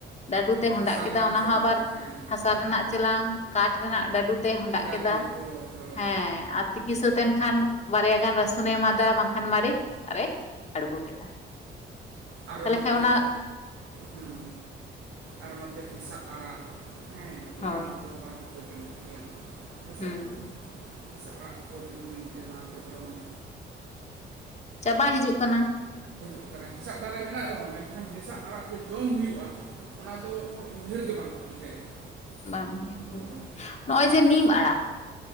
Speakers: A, on the left; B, on the right.
A: ᱰᱟᱹᱰᱩ ᱛᱮ ᱦᱚᱰᱟᱜ
B: ᱦᱟᱥᱟ
A: ᱠᱮᱫᱟ
B: ᱨᱮᱱᱟᱜ
A: ᱚᱱᱟ
B: ᱪᱮᱞᱟᱝ
A: ᱦᱚᱸ ᱟᱵᱟᱨ
B: ᱦᱮᱸ
A: ᱦᱟᱥᱟ ᱨᱮᱱᱟᱜ ᱪᱮᱞᱟᱝ ᱠᱟᱴ ᱨᱮᱱᱟᱜ ᱰᱟᱹᱰᱩ ᱛᱮ ᱦᱚᱸᱰᱟᱜ
B: ᱜᱟᱹᱰᱩ
A: ᱠᱮᱫᱟ
B: ᱦᱳᱭ ᱦᱳᱭ
A: ᱦᱮᱸ ᱟᱨ ᱛᱤᱠᱤ ᱥᱟ ᱛᱮ ᱮᱱᱠᱷᱟᱱ ᱵᱟᱨᱭᱟ ᱜᱟᱱ ᱨᱟᱹᱥᱩᱱᱮ ᱮᱢᱟᱫᱟ ᱵᱟᱝᱠᱷᱟᱱ ᱢᱟᱨᱤᱪ ᱟᱨᱮ ᱟᱬᱜᱳ ᱠᱮᱫᱟ
B: ᱟᱨᱦᱚ
A: ᱛᱟᱦᱞᱮ
B: ᱱᱚᱛᱮ
A: ᱠᱷᱟᱱ ᱚᱱᱟ
B: ᱦᱮᱸ ᱟᱨᱦᱚ ᱱᱚᱛᱮ ᱦᱮᱸᱥᱟᱜ ᱟᱲᱟᱜ ᱦᱮᱸ ᱚᱱᱟ
A: ᱦᱳᱭ
B: ᱛᱚ ᱵᱟᱝᱠᱚ ᱡᱚᱢᱮᱫ ᱜᱮᱭᱟ ᱦᱮᱸᱥᱮ
A: ᱦᱩᱸ
B: ᱟᱲᱟᱜ ᱠᱚ ᱫᱤᱱ ᱫᱤᱱᱛᱮ ᱱᱚᱣᱟ ᱠᱚ ᱡᱚᱢᱼᱟ
A: ᱪᱟᱵᱟ ᱦᱤᱡᱩᱜ ᱠᱟᱱᱟ
B: ᱦᱮᱥᱟᱜ ᱫᱟᱨᱮ ᱢᱮᱱᱟᱜ ᱨᱮᱦᱚᱸ ᱢᱮᱱᱠᱷᱟᱱ ᱦᱮᱸᱥᱟᱜ ᱟᱲᱟᱜ ᱡᱮ ᱡᱚᱢ ᱦᱩᱭᱩᱜᱼᱟ ᱚᱱᱟ ᱫᱚ ᱦᱚᱲ ᱩᱭᱦᱟᱹᱨ ᱜᱮ ᱵᱟᱝᱠᱚ ᱩᱭᱦᱟᱹᱨᱮᱜᱼᱟ
A: ᱵᱟᱝ <unintelligible>
B: ᱦᱳᱭ
A: ᱱᱚᱜᱼᱚᱭ ᱡᱮ ᱱᱤᱢ ᱟᱲᱟᱜ